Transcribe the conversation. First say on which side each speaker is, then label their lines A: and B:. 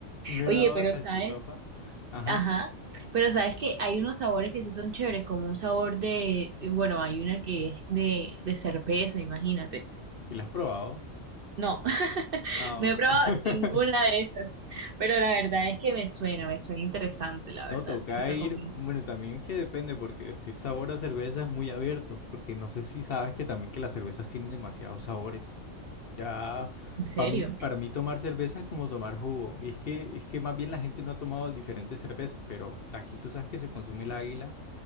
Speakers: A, on the left; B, on the right.
A: Un helado
B: Oye, pero
A: de salchipapa.
B: sabes,
A: Ajá.
B: ajá, pero sabes que hay unos sabores que sí son chéveres, como un sabor de, eh, bueno, hay una que es de, de cerveza, imagínate.
A: ¿Y lo has probado?
B: No, <laughs>
A: Ah,
B: no
A: bueno.
B: he probado
A: <laughs>
B: ninguna de esas, pero la verdad es que me suena, me suena interesante, la
A: No,
B: verdad,
A: toca
B: esa
A: ir,
B: comida.
A: bueno, también es que depende, porque decir sabor a cerveza es muy abierto, porque no sé si sabes que también que las cervezas tienen demasiados sabores. Ya,
B: ¿En serio?
A: para mí, para mí tomar cerveza es como tomar jugo. Y es que, es que más bien la gente no ha tomado diferentes cervezas, pero aquí tú sabes que se consume el águila,